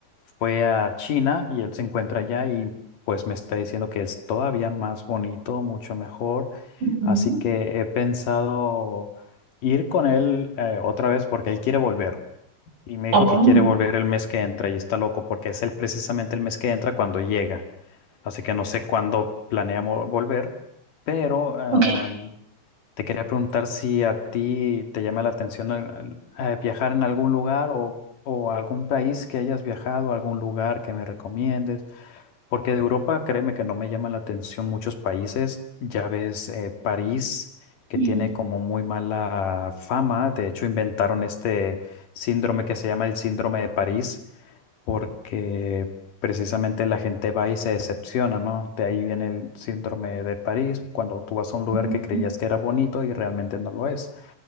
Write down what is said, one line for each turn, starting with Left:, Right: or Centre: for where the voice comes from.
Left: fue a China y él se encuentra allá y pues me está diciendo que es todavía más bonito, mucho mejor.
Right: Ujú.
Left: Así que he pensado ir con él eh, otra vez porque él quiere volver. Y me
Right: Oh,
Left: dijo que quiere volver el mes que entra y está loco porque es el, precisamente el mes que entra cuando llega. Así que no sé cuándo planeamos volver, pero am,
Right: ok.
Left: te quería preguntar si a ti te llama la atención al- al- eh, viajar en algún lugar o, o algún país que hayas viajado, algún lugar que me recomiendes. Porque de Europa, créeme que no me llaman la atención muchos países. Ya ves, eh, París, que
Right: Ujú,
Left: tiene como muy mala fama. De hecho, inventaron este síndrome que se llama el síndrome de París, porque precisamente la gente va y se decepciona, ¿no? De ahí viene el síndrome de París, cuando tú vas a un lugar
Right: ujú,
Left: que creías que era bonito y realmente no lo es.